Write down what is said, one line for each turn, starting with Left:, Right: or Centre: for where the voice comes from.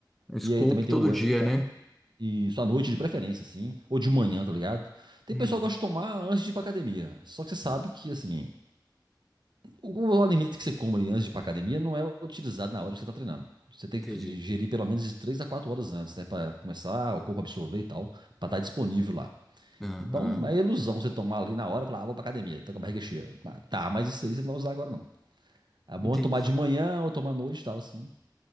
Centre: Scope
Right: e aí também tem
Centre: todo
Right: o whey
Centre: dia,
Right: e tal.
Centre: né?
Right: E só à noite de preferência, assim, ou de manhã, tá ligado? Tem
Centre: Uhum.
Right: pessoal que gosta de tomar antes de ir pra academia. Só que você sabe que, assim, o, o alimento que você come ali antes de ir pra academia não é utilizado na hora que você tá treinando. Você tem
Centre: Entendi.
Right: que ingerir pelo menos de 3 a 4 horas antes, né? Pra começar o corpo a absorver e tal, pra estar disponível lá.
Centre: Aham.
Right: Então é ilusão você tomar ali na hora e falar, ah, vou pra academia, tô com a barriga cheia. Ah, tá, mas isso aí você não vai usar agora não. É bom
Centre: Entendi.
Right: é tomar de manhã ou tomar à noite e tal, assim,